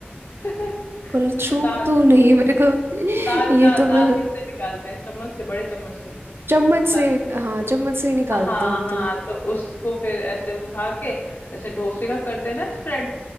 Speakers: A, on the left; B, on the right.
A: <laughs>
B: कलछू
A: जैसे दाल
B: तो नहीं मेरे को
A: दाल
B: <laughs> ये
A: दाल
B: तो मैं
A: दाल किससे निकालते हैं चम्मच से बड़े चम्मच से
B: चम्मच
A: दाल
B: से हाँ चम्मच से ही निकालते
A: हाँ
B: हैं हम
A: हाँ
B: तो
A: तो उसको फिर ऐसे उठा के जैसे डोसे का करते हैं ना स्प्रेड